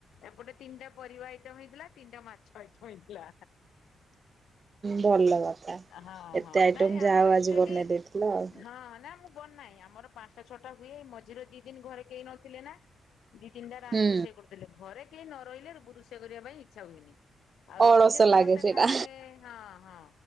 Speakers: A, on the left; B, on the right.
A: ଏପଟେ ତିନିଟା ପରିବା ଆଇଟମ୍ ହେଇଥିଲା ତିନିଟା ମାଛ ଆଇ ବଇଥିଲା।
B: ଭଲ କଥା।
A: ହଁ
B: ଏତେ
A: ହଁ
B: ଆଇଟମ
A: ନାଇଁ
B: ଯାହା
A: ଆମରଚୁଲି
B: ହଉ ଆଜି ବନେଇ ଦେଇଥିଲ ଆଉ
A: ହଁ ନା ମୁଁ ବନ ନାହିଁ ଆମର ପାଞ୍ଚଟା ଛଅଟା ହୁଏ ମଝିରେ ଦି ଦିନ ଘରେ କେହି ନଥିଲେ ନା। ଦି ତିନିଟା ରାଣ
B: ହୁଁ।
A: ରରୁ ସେ କରିଦଥିଲେଲେରେ କେହି। ରହିଲେ ଗୁରୁ ସେ କରିବା ପାଇଁ ଇଚ୍ଛା ହୁଏନି। ଆଉ ରହିଲେ
B: ଅଳସ
A: ସମସ୍ତେ
B: ଲାଗେ ସେଇଟା
A: ଖାଇଲେ ହଁ ହଁ